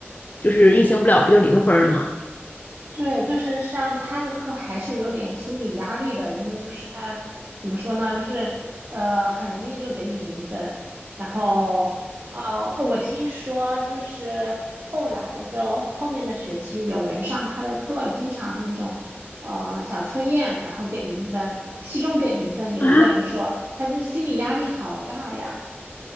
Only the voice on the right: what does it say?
对，就是上他的课还是有点心理压力的，因为就是他怎么说呢，就是呃很容易就给你零分，然后哦哦，我听说就是后来就后面的学期有人上他的课，经常那种呃小测验，然后给零分，期中给零分，有一个人说他就心理压力好大呀。